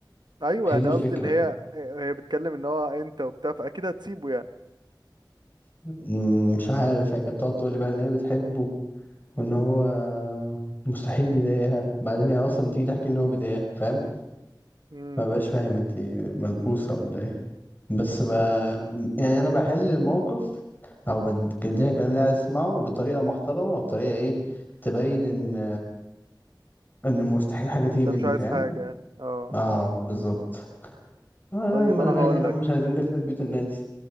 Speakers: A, on the right (about 60°); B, on the left (about 25°).
A: ايوه
B: ما
A: يعني
B: هي دي الفكره
A: قصدي ان هي هي بتتكلم ان هو انت وبتاع فاكيد هتسيبه يعني
B: مم، مش عارف هي كانت بتقعد تقول لي بقى ان هي بتحبه وان هو مستحيل يضايقها بعدين هي اصلا بتيجي تحكي ان هو بيضايقها فاهم
A: امم
B: ما بقاش فاهم انت ملبوسه ولا ايه بس ب... يعني انا بحل الموقف او بديها الكلام اللي عايز اسمعه بطريقه محترمه وبطريقه ايه تبين ان ان مستحيل حاجه تيجي
A: انت
B: مني
A: مش عايز
B: فاهم
A: حاجه يعني اه
B: اه بالظبط آه
A: طيب
B: ما
A: انا
B: انا مالي
A: هقول
B: يا عم
A: لك
B: مش عايزين نخرب بيوت الناس